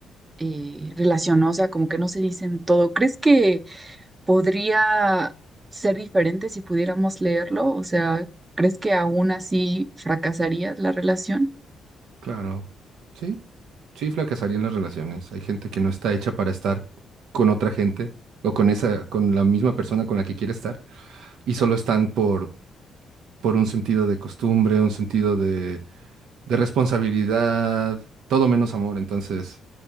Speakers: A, on the right; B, on the right.
A: eh, relación, ¿no? O sea, como que no se dicen todo. ¿Crees que podría ser diferente si pudiéramos leerlo? O sea, ¿crees que aún así fracasaría la relación?
B: Claro. Sí, sí, fracasarían las relaciones. Hay gente que no está hecha para estar con otra gente o con esa, con la misma persona con la que quiere estar y solo están por, por un sentido de costumbre, un sentido de, de responsabilidad, todo menos amor. Entonces,